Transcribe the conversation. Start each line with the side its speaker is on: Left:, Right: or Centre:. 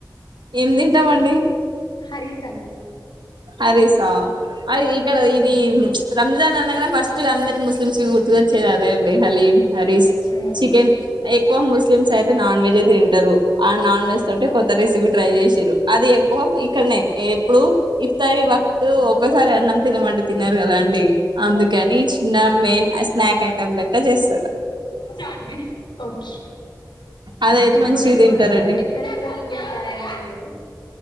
Right: ఏం తింటామండి
Left: హారిస్ అండి
Right: హరీస్ అ ఇకడ ఇది రంజాన్ అనగానే ఫస్ట్ అందరి ముస్లిమ్స్ గుర్తుతే చ్చేది అదే అండి హలీం హరీస్
Left: మ్మ్
Right: చికెన్ ఎక్కువ ముస్లిమ్స్ అయితే నాన్ వెజ్ అయితే తింటరు ఆ నాన్ వెజ్ తోటె కొత్త రెసిపీ ట్రై చేసిన్రు అది ఎక్కువ ఇక్కడనే ఎప్పుడు ఇత్తరి వక్త్ ఒక్కసారి అన్నం తినమంటే తిన్నారు కదా అండి అందుకని చిన్న మే స్నాక్ ఐటమ్ లెక్క చే స్
Left: చార్మినార్
Right: అదయితే
Left: ఎప్పుడెప్పు
Right: మంచిగా తింటారండి
Left: ఎక్కడెక్కడికి వెళ్లారండి మీరు